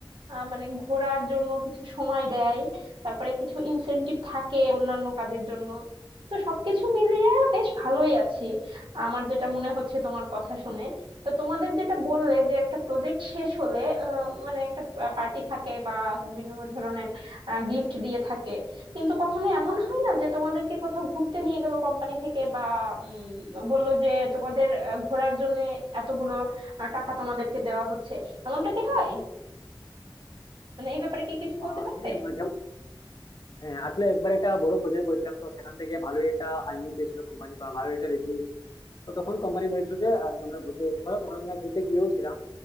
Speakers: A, on the right; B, on the left.
A: আহ, মানে ঘোরার জন্য কিছু সময় দেয় তারপরে কিছু ইনসেনটিভ থাকে অন্যান্য কাজের জন্য তো সবকিছু মিলিয়ে আচ্ছা, বেশ ভালোই আছি আমার যেটা মনে হচ্ছে তোমার কথা শুনে তো তোমাদের যেটা বললে যে একটা প্রজেক্ট শেষ হলে আহ, মানে একটা পার্টি থাকে বা বিভিন্ন ধরনের গিফট দিয়ে থাকে কিন্তু কখনো এমন হয় না যে তোমাদেরকে কোথাও ঘুরতে নিয়ে গেল কোম্পানি থেকে বা উম, বললো যে তোমাদের আহ, ঘোরার জন্য এতগুলো আহ, টাকা তোমাদেরকে দেওয়া হচ্ছে এমনটা কি হয় মানে এই ব্যাপারে কি কিছু বলতে
B: আহ
A: পারবে
B: হ্যাঁ মাঝে হ্যাঁ আসলে একবার একটা বড় প্রজেক্ট করেছিলাম তো সেখান থেকে ভালোই একটা আর্নিং পেয়েছিল কোম্পানি বা ভালো একটা রেভিনিউ তো তখন কোম্পানি বলেছিল যে আহ, তোমরা ঘুরতে যেতে পারো তখন আমরা ঘুরতে গিয়েও ছিলাম।